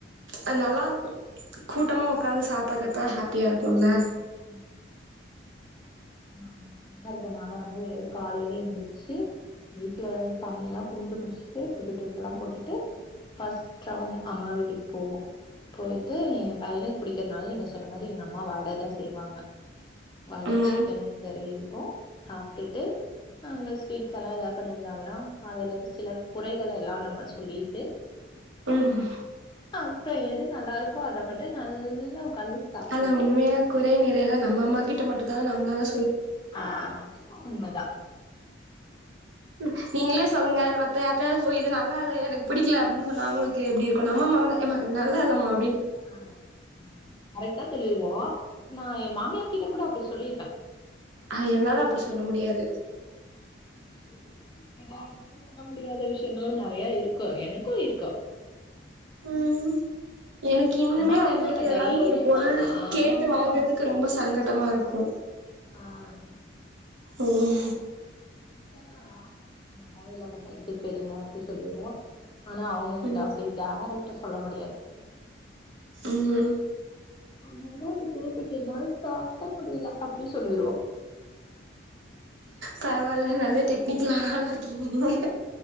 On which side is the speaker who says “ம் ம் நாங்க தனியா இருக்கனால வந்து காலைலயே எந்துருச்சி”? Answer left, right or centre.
Left